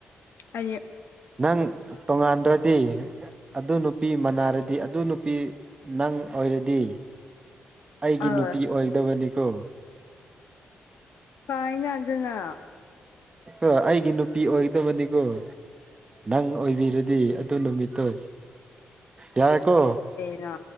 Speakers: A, on the left; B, on the right.
A: ꯑꯦ
B: ꯅꯪ ꯇꯣꯉꯥꯟꯗ꯭ꯔꯗꯤ ꯑꯗꯨ ꯅꯨꯄꯤ ꯃꯅꯥꯔꯗꯤ ꯑꯗꯨ ꯅꯨꯄꯤ ꯅꯪ ꯑꯣꯏꯔꯗꯤ ꯑꯩꯒꯤ
A: ꯑꯥ
B: ꯅꯨꯄꯤ ꯑꯣꯏꯗꯕꯅꯤꯀꯣ
A: ꯐꯥꯏꯅ ꯑꯗꯨꯅ
B: ꯑ ꯑꯩꯒꯤ ꯅꯨꯄꯤ ꯑꯣꯏꯒꯗꯕꯅꯤꯀꯣ ꯅꯪ ꯑꯣꯏꯕꯤꯔ ꯗꯤ ꯑꯗꯨ ꯅꯨꯃꯤꯠꯇꯣ ꯌꯥꯔꯦꯀꯣ
A: ꯅ